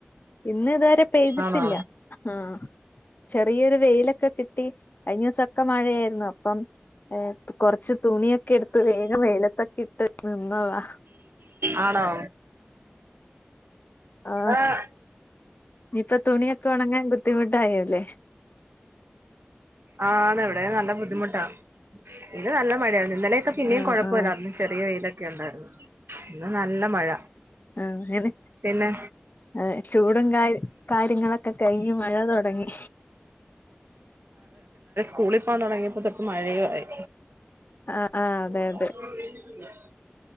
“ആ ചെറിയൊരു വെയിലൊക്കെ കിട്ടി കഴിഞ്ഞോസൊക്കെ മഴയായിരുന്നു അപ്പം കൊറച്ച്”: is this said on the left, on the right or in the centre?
Left